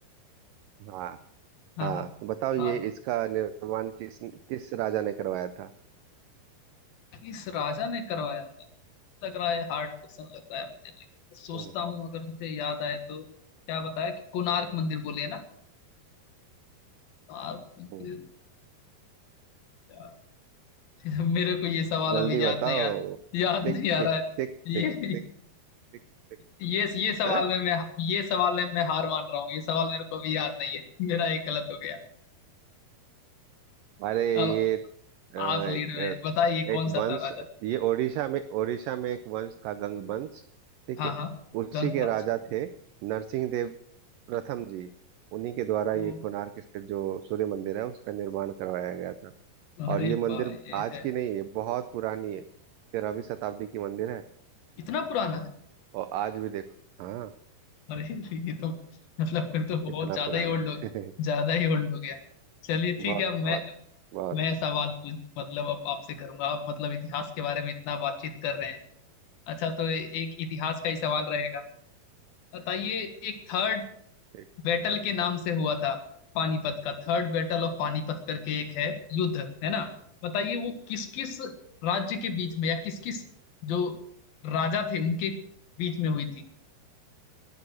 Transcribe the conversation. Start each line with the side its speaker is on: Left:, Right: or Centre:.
Right: हाँ
Left: हाँ
Right: हाँ
Left: हाँ
Right: बताओ ये
Left: हाँ
Right: इसका निर्माण किस किस राजा ने करवाया था
Left: किस राजा ने करवाया था लग रहा है हार्ड क्वेश्चन लग रहा है मुझे लेकिन सोचता
Right: हम्म
Left: हूँ अगर मुझे याद आए तो क्या बताया कि कोणार्क मंदिर बोले है ना कोणार्क मंदिर
Right: हम्म।
Left: यार, <laughs> मेरे को ये सवाल
Right: जल्दी
Left: अभी याद
Right: बताओ
Left: नहीं यार याद
Right: टिक
Left: नहीं आ
Right: टिक
Left: रहा है
Right: टिक
Left: ये
Right: टिक टिक टिक टिक
Left: ये ये सवाल
Right: हाँ?
Left: में मैं ये सवाल में मैं हार मान रहा हूँ ये सवाल मेरे को अभी याद नहीं है <laughs> मेरा एक गलत हो गया
Right: अरे
Left: अब
Right: ये अ, एक
Left: आप लीड में
Right: अ,
Left: बताइए
Right: एक
Left: कौन सा
Right: वंश
Left: था राजा
Right: ये ओडिशा में ओडिशा में एक वंश था गंग वंश ठीक
Left: हाँ
Right: है
Left: हाँ
Right: उसी
Left: गंग
Right: के
Left: वंश
Right: राजा थे नरसिंह देव प्रथम जी उन्हीं के द्वारा ये
Left: ओ,
Right: कोणार्क स्थित जो सूर्य मंदिर है उसका निर्माण करवाया गया था
Left: अरे
Right: और ये मंदिर
Left: भाई ये
Right: आज
Left: है
Right: की नहीं है बहुत पुरानी है तेरहवीं शताब्दी की मंदिर है
Left: इतना पुराना है
Right: और आज भी देखो हाँ
Left: अरे ये तो मतलब फिर तो बहुत
Right: इतना
Left: ज्यादा
Right: पुराना
Left: ही ओल्ड हो
Right: है
Left: ज्यादा ही ओल्ड हो गया चलिए
Right: <laughs> बहुत
Left: ठीक है अब
Right: बहुत
Left: मैं
Right: बहुत
Left: मैं सवाल पूछ मतलब अब आपसे करूंगा आप मतलब इतिहास के बारे में इतना बातचीत कर रहे हैं अच्छा तो ए- एक इतिहास का ही सवाल रहेगा बताइए एक थर्ड
Right: ठीक।
Left: बैटल के नाम से हुआ था पानीपत का थर्ड बैटल ऑफ पानीपत करके एक है युद्ध है ना बताइए वो किस किस राज्य के बीच में या किस किस जो राजा थे उनके बीच में हुई थी